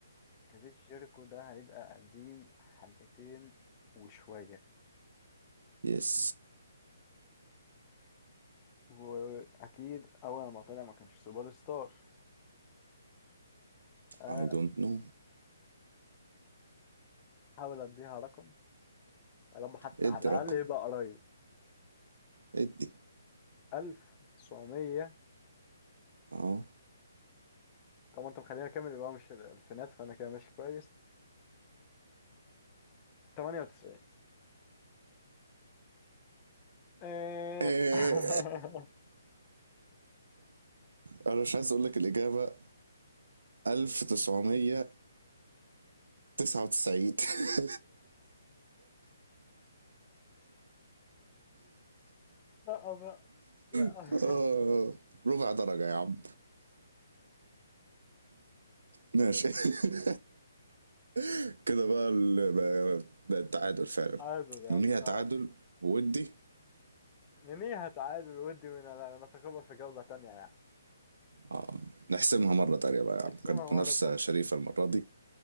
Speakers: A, on the left; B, on the right.
A: كريس جيريكو ده هيبقى قديم حبتين وشوية
B: يس
A: واكيد اول ما طلع ما كانش سوبر ستار آه،
B: اي دونت نو
A: حاول اديها رقم يا رب حتى
B: ادي
A: على
B: رقم
A: الاقل يبقى قريب
B: ادي
A: 1900
B: اه <laughs>
A: طب انت مخلينا كامل يبقى مش الالفينات فانا كده ماشي كويس 98 إيه.
B: إيه.
A: <laughs>
B: انا مش عايز اقول لك الاجابة 1999 <laughs>
A: لا بقى لا
B: <applause> آه. ربع درجة يا عم ماشي <laughs> <applause> كده بقى ال- بقى بقى التعادل فعلا
A: عادل يا
B: ننهيها
A: عم تعادل
B: تعادل ودي
A: منيها تعادل ودي من نتقابل في جولة تانية يعني
B: آه. نحسمها مرة تانية بقى يا
A: نحسمها
B: عم كانت
A: مرة
B: منافسة
A: تانية
B: شريفة المرة دي